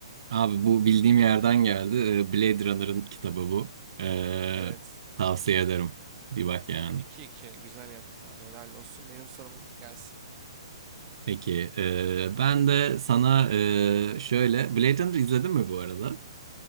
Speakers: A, on the right; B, on the right.
A: Abi bu bildiğim yerden geldi. Ee, Blade Runner'ın kitabı bu. Ee,
B: Evet.
A: tavsiye ederim. Bir bak yani.
B: iki iki. Güzel yaptın abi. Helal olsun. Benim sorum gelsin.
A: Peki, ee, ben de sana ee, şöyle Blade Runner izledin mi bu arada?